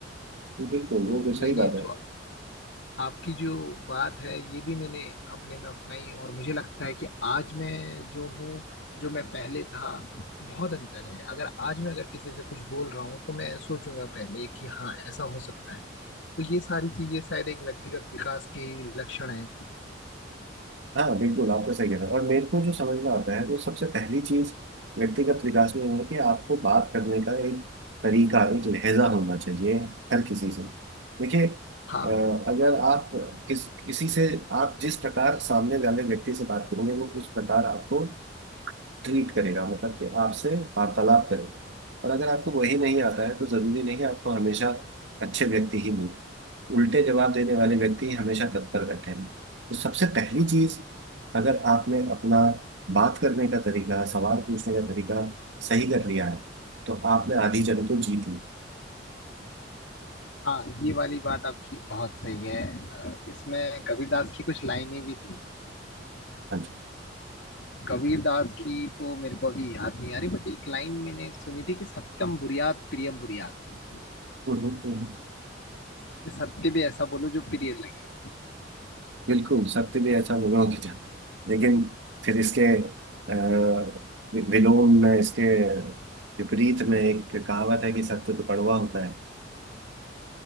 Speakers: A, on the right; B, on the left.
A: बिल्कुल
B: तो
A: वो बिल्कुल सही
B: मैंने
A: बात है
B: जो आपकी जो बात है ये भी मैंने अपने में अपनाई और मुझे लगता है कि आज मैं जो हूँ जो मैं पहले था बहुत अंतर है अगर आज मैं अगर किसी से कुछ बोल रहा हूँ तो मैं सोचूंगा पहले कि हाँ ऐसा हो सकता है तो ये सारी चीजें शायद एक व्यक्तिगत विकास के लक्षण है
A: हाँ बिल्कुल आपका सही कहना है। और मेरे को जो समझ में आता है तो सबसे पहली चीज व्यक्तिगत विकास में ये है कि आपको बात करने का एक तरीका एक लहजा होना चाहिए हर किसी से देखिए
B: हाँ
A: अ, अगर आप किस किसी से आप जिस प्रकार सामने वाले व्यक्ति से बात करेंगे वो उस प्रकार आपको ट्रीट करेगा मतलब कि आपसे वार्तालाप करेगा और अगर आपको वही नहीं आता है तो जरूरी नहीं है आपको हमेशा अच्छे व्यक्ति ही मिले उल्टे जवाब देने वाले व्यक्ति ही हमेशा तत्पर बैठे हैं तो सबसे पहली चीज अगर आपने अपना बात करने का तरीका सवाल पूछने का तरीका सही कर लिया है तो आपने आधी जंग तो जीत ली
B: हाँ ये वाली बात आपकी बहुत सही है अ, इसमें कबीरदास की कुछ लाइनें भी थी
A: हाँ जी
B: कबीरदास की तो मेरे को अभी याद नहीं आ रही बट एक लाइन मैंने सुनी थी कि सत्यम बुरियात प्रियम बुरियात
A: हम्म, हम्म, हम्म।
B: कि सत्य भी ऐसा बोलो जो प्रिय लगे
A: बिल्कुल सत्य भी ऐसा होगा कि था लेकिन फिर इसके अ, वि- विलोम में इसके विपरीत में एक कहावत है कि सत्य तो कड़वा होता है